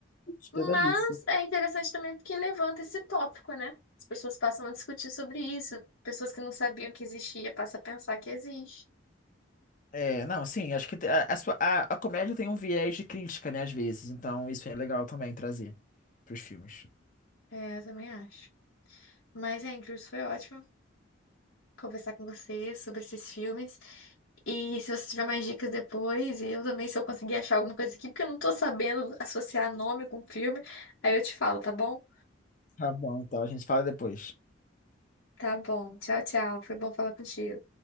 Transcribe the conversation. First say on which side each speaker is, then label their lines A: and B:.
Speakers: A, on the left; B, on the left.
A: Despesa
B: Mas
A: disso.
B: é interessante também porque levanta esse tópico, né? As pessoas passam a discutir sobre isso. Pessoas que não sabiam que existia passam a pensar que existe.
A: É, não, sim, acho que te- a, a, sua- a- a comédia tem um viés de crítica, né, às vezes. Então, isso é legal também trazer pros filmes.
B: É, eu também acho. Mas, Andrews, foi ótimo conversar com você sobre esses filmes. E se você tiver mais dicas depois, e eu também, se eu conseguir achar alguma coisa aqui, porque eu não tô sabendo associar nome com filme, aí eu te falo, tá bom?
A: Tá bom, então a gente fala depois.
B: Tá bom. Tchau, tchau. Foi bom falar contigo.